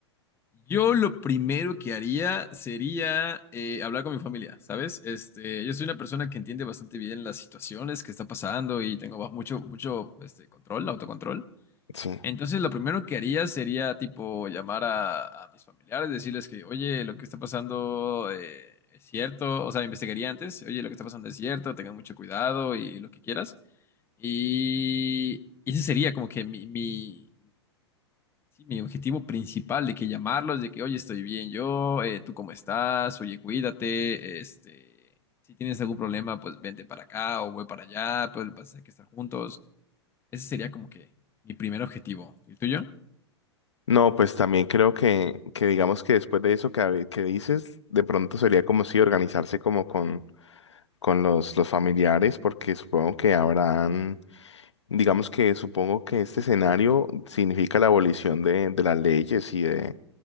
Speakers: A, on the left; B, on the left.
A: Yo lo primero que haría sería eh, hablar con mi familia, ¿sabes? Este, yo soy una persona que entiende bastante bien las situaciones que está pasando y tengo ba- mucho, mucho este, control, autocontrol.
B: Sí.
A: Entonces, lo primero que haría sería, tipo, llamar a, a mis familiares, decirles que, oye, lo que está pasando eh, es cierto, o sea, investigaría antes, oye, lo que está pasando es cierto, tengan mucho cuidado y lo que quieras. Y, y ese sería como que mi, mi, Sí, mi objetivo principal de que llamarlos, de que, oye, estoy bien yo, eh, tú cómo estás, oye, cuídate, este, si tienes algún problema, pues vente para acá o voy para allá, pero el pasa es que estar juntos. Ese sería como que mi primer objetivo. ¿Y el tuyo?
B: No, pues también creo que, que digamos que después de eso que, hab- que dices, de pronto sería como si organizarse como con, con los, los familiares, porque supongo que habrán Digamos que supongo que este escenario significa la abolición de, de las leyes y de,